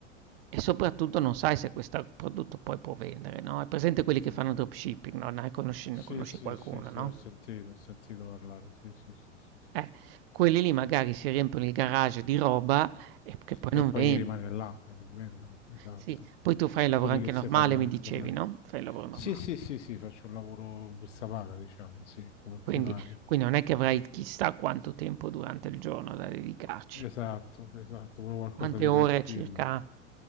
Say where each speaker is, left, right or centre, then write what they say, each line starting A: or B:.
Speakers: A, on the right; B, on the left.
A: e soprattutto non sai se questo prodotto poi può vendere, no? È presente quelli
B: Mhm.
A: che fanno dropshipping, no? Ne conosci ne
B: Sì,
A: conosci
B: sì,
A: qualcuno,
B: sì, sì,
A: no?
B: ho sentito, ho sentito parlare, sì, sì, sì, sì, sì,
A: Eh,
B: sì.
A: quelli lì magari si riempiono il garage di roba e che poi
B: e
A: non
B: poi
A: vendi.
B: gli rimane là e non vendono, esatto.
A: Sì, poi tu fai il lavoro
B: Quelli
A: anche
B: che si
A: normale,
B: fanno
A: mi
B: in Estornello.
A: dicevi, no? Fai il lavoro normale.
B: Sì, sì, sì, sì, faccio un lavoro busta paga, diciamo, sì, come
A: Quindi,
B: primario.
A: quindi non è che avrai chissà quanto tempo durante il giorno da dedicarci.
B: Esatto, esatto, proprio qualcosa
A: Quante
B: di
A: ore
B: tranquillo.
A: circa?